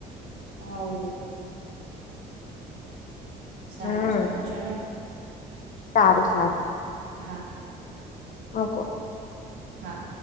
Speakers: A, on the right; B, on the left.
A: હા. સારું
B: હમ
A: સારું ચલો.
B: સારું સારું.
A: હા.
B: હ કો.
A: હા.